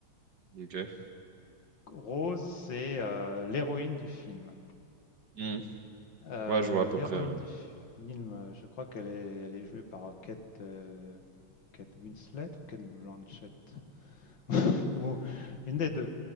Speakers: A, on the right; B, on the left.
A: <laughs> Ok.
B: Rose, c'est euh, l'héroïne du film.
A: Hmm.
B: Euh,
A: Ouais, je vois à peu
B: l'héroïne
A: près. euh.
B: du film, euh, je crois qu'elle est, elle est jouée par Kate, euh, Kate Winslet ou Kate Blanchett, <laughs> ou une des deux.